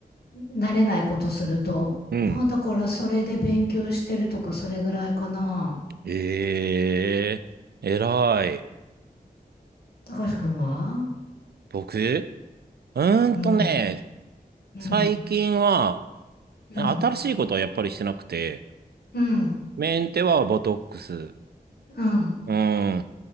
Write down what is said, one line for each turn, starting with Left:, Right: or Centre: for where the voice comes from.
Left: 慣れないことすると。
Right: うん。
Left: まあだからそれで勉強してるとかそれぐらいかな。
Right: ええ、偉い。
Left: たかしくんは
Right: 僕、うーんとね、
Left: うん。うん。
Right: 最近は、
Left: うん。
Right: 新しいことはやっぱりしてなくて、
Left: うん。
Right: メンテはボトックス。う
Left: うん。
Right: ーん。